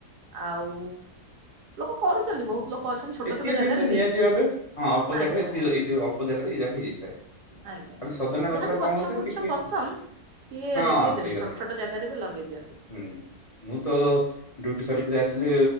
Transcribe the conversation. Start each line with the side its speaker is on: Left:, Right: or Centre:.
Right: ଆଉ ଲୋକ କରୁଛନ୍ତି ବହୁତ ଲୋକ ଅଛନ୍ତି ଛୋଟ
Left: ଏଟିଏ
Right: ଛୋଟ ଜାଗାରେ
Left: ଜିନିଷ ନିହାତି
Right: ବି
Left: ଭାବେ ହଁ ଅଳ୍ପ
Right: ଆଜ୍ଞା
Left: ଜାଗାରେ ଏ ଅଳପ ଜାଗାରେ ଏଇ ଜାଗା ହେଇଯାଇଥାଏ।
Right: ଆଜ୍ଞା
Left: ଖାଲି ସଜନା
Right: ଯାହାକୁ
Left: ଟା
Right: ଗଛ
Left: କଣ ହଉଥାଏ
Right: ବୃଛ
Left: ଟିକେ
Right: ପସନ୍ଦ। ସିଏ
Left: ହଁ
Right: ଲଗେଇଦେବେ
Left: ସେଇ କଥା
Right: ଛୋଟ ଛୋଟ ଜାଗାରେ ବି ଲଗେଇଦେବେ।
Left: ହୁଁ। ମୁଁ ତ ଡ୍ୟୁଟି ସାରିରିକିରି ଆସିଲି